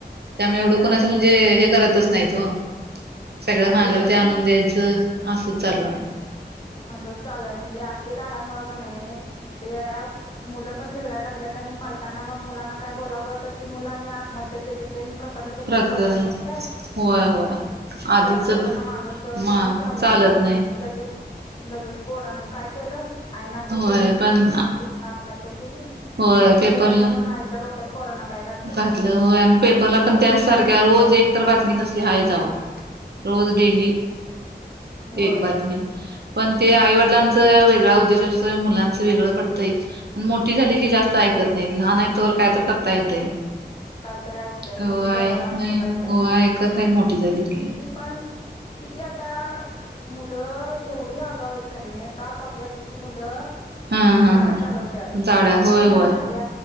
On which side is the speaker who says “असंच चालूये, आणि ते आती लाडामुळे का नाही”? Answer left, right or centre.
Left